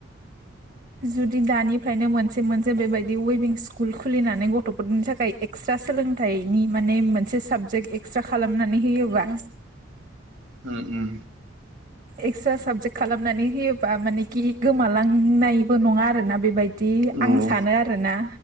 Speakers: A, on the right; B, on the right.
A: जुदि दानिफ्रायनो मोनसे मोनसे बेबायदि वेबिं स्कुल खुलिनानै गथ'फोरनि थाखाय एक्सट्रा सोलोंथाइनि माने मोनसे साबजेक्ट एक्सट्रा खालाम हमनानै होयोबा
B: उम उम
A: एक्सट्रा साबजेक्ट खालामनानै होयोबा माने कि गोमालांनाय नङा आरो ना बेबायदि
B: उम औ
A: आं सानो आरो ना।